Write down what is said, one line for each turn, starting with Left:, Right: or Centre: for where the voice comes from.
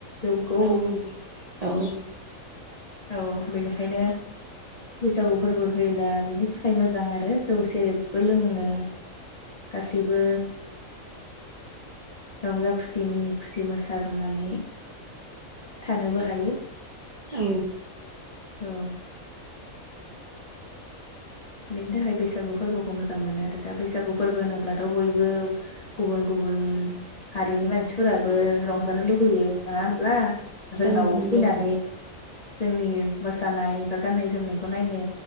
Left: जौखौ
Right: औ औ
Left: औ बेनिखायनो बैसागु फोरबो फयोब्ला बेनि थाखाय मोजां। मोजां आरो जौ सेरेबबो लोङो गासैबो। रंजा खुसि मिनि खुसि मोसाबोनानै। थानोबो हायो।
Right: औ
Left: औ बिनि थाखाय बैसागु फोरबोखौ मोजां मोनो आरो दा बैसागु फोरबो होनोब्लाथ' बयबो गुबुन गुबुन गुबुन हारिनि मानसिफोराबो रंजानो लुुबैयो, नङा होमब्ला? जोंनाव
Right: औ नंगौ
Left: फैनानै जोंनि मोसानाय बा गाननाय जोमनायखौ नायनो